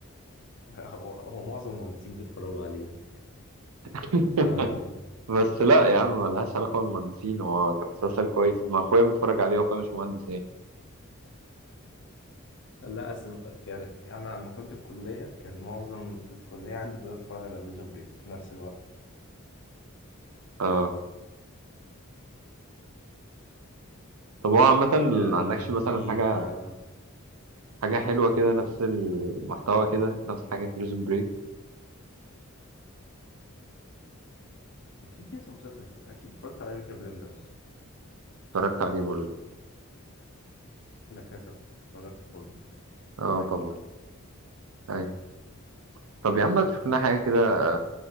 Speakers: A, on the left; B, on the right.
A: <laughs> هو هو معظم المهندسين بيتفرجوا عليه
B: <laughs>
A: آه
B: بس لا يا عم ملهاش علاقه بالمهندسين هو كان مسلسل كويس ما اخويا متفرج عليه واخويا مش مهندس يعني
A: لا أسم... يعني انا لما كنت في الكليه كان معظم الكليه عندي كلها بتتفرج على بريزون بريك في نفس الوقت
B: اه طب هو عامه
A: آه
B: ما عندكش مثلا
A: فيها
B: حاجه حاجه حلوه كده نفس المحتوى كده نفس حاجه بريزون بريك
A: كان في كذا مسلسل اكيد اتفرجت على بيكي بلندرز
B: اتفرجت عليه برضه
A: لا كاسا اتفرجت برضه
B: اه
A: فايكنج
B: طبعا أيوة. طب يا عم ما تشوف لنا حاجه كده